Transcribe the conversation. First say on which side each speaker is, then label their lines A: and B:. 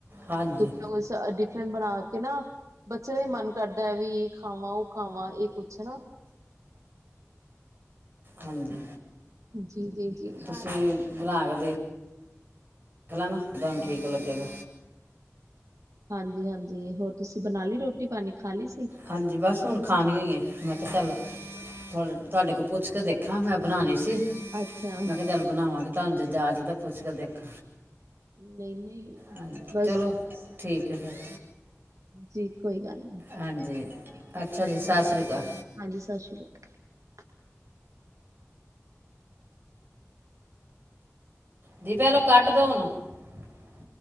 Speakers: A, on the right; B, on the right.
A: ਹਾਂਜੀ
B: ਕੁਛ ਨਾ ਕੁਛ ਡਿਫਰੈਂਟ ਬਣਾ ਕੇ ਨਾ ਬੱਚੇ ਦਾ ਹੀ ਮਨ ਕਰਦਾ ਦਾ ਵੀ ਇਹ ਖਾਵਾਂ ਉਹ ਖਾਵਾਂ ਇਹ ਕੁਛ ਨਾ
A: ਹਾਂਜੀ
B: ਹਾਂਜੀ ਜੀ ਜੀ ਜੀ
A: ਤੁਸੀਂ ਬਣਾ ਕੇ ਦੇਖ ਦੇਖ ਲੈ ਨਾ ਤੁਹਾਨੂੰ ਠੀਕ ਲੱਗੇਗਾ
B: ਹਾਂਜੀ ਹਾਂਜੀ ਹੋਰ ਤੁਸੀਂ ਬਣਾ ਲਈ ਰੋਟੀ ਪਾਣੀ ਖਾ ਲਈ ਸੀ
A: ਹਾਂਜੀ ਬਸ ਹੁਣ ਖਾਣੀ ਹੀ ਏ ਮੈਂ ਕਿਹਾ ਚੱਲ ਤੁਹਾ ਤੁਹਾਡੇ ਕੋਲ ਪੁੱਛ ਕੇ ਦੇਖਾਂ ਮੈਂ ਬਣਾਉਣੀ ਸੀ
B: ਅੱਛਾ
A: ਮੈਂ ਕਿਹਾ ਚੱਲ ਬਣਾਵਾਂਗੇ ਤੁਹਾਨੂੰ ਤੇ ਜਾਚ ਤਾਂ ਪੁੱਛ ਕੇ ਦੇਖ
B: ਨਹੀਂ ਨਹੀਂ
A: ਹਾਂ
B: ਬਸ
A: ਚਲੋ ਠੀਕ। ਕਿ <unintelligible>
B: ਜੀ ਕੋਈ ਗੱਲ ਨਹੀ
A: ਹਾਂਜੀ
B: ਠੀਕ ਹੈ
A: ਅੱਛਾ
B: ਜੀ
A: ਸਤਿ ਸ੍ਰੀ ਅਕਾਲ
B: ਹਾਂਜੀ ਸਤਿ ਸ਼੍ਰੀ ਅਕਾਲ
A: ਦੀਪ ਆਲੋ ਕੱਟ ਤੋਂ ਹੁਣ। <unintelligible>